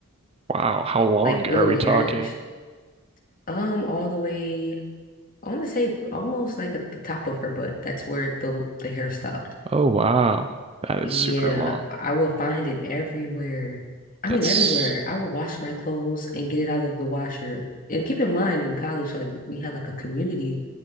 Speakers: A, on the right; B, on the left.
A: Wow, how long
B: like the
A: are
B: little
A: we
B: hair,
A: talking?
B: sh- um, all the way. I want to say almost like at the top of her butt. That's where the the hair stopped.
A: Oh wow, that is
B: Yeah,
A: super long.
B: I will find it everywhere. I
A: That's
B: mean, everywhere. I will wash my clothes and get it out of the washer. And keep in mind, in college, like we had like a community